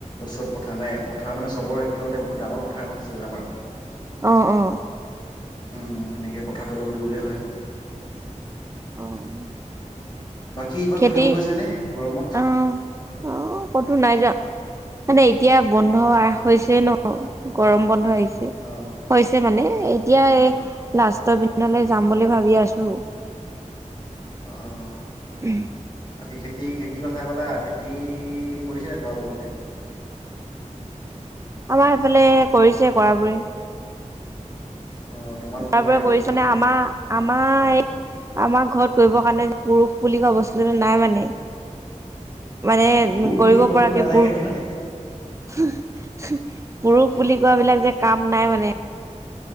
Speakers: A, on the left; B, on the right.
A: ওচৰত পথাৰ নাই পথাৰ মানে চবৰ একেলগতে বহুত ডাঙৰ পথাৰ এখন আছে আমাৰ।
B: আহ আহ।
A: উম, সেনেকে পথাৰটো অলপ দূৰৰে হয়।
B: আহ।
A: বাকী ক'ত
B: খেতি
A: ফুৰিব গৈছে নে গৰমত
B: অ' ক'তো নাই যোৱা মানে এতিয়া বন্ধ
A: অ
B: হৈছে ন' গৰম বন্ধ আহিছে।
A: অ
B: হৈছে মানে এতিয়া
A: হয়
B: এই লাষ্ট লৈ যাম বুলি ভাবি আছো।
A: অ'।
B: উম।
A: বাকে খেতি খেতিৰ কথা ক'লো খেতি কৰিছে নে তোমালোকৰ ফালে? <inaudible>
B: আমাৰ এইফালে কৰিছে কৰাবোৰে।
A: অ তোমালোকে
B: তাৰ
A: কৰে
B: পৰা কৰিছনে
A: নাই
B: আমাৰ আমাৰ আমাৰ ঘৰত কৰিব কাৰণে পুৰুষ বুলি কোৱা বস্তুটো নাই মানে। মানে
A: পুৰুষ
B: কৰিব
A: বুলি বস্তু
B: পৰাকে
A: নালাগে
B: পুৰুষ
A: নহয়
B: পুৰুষ বুলি কোৱা বিলাক যে কাম নাই মানে।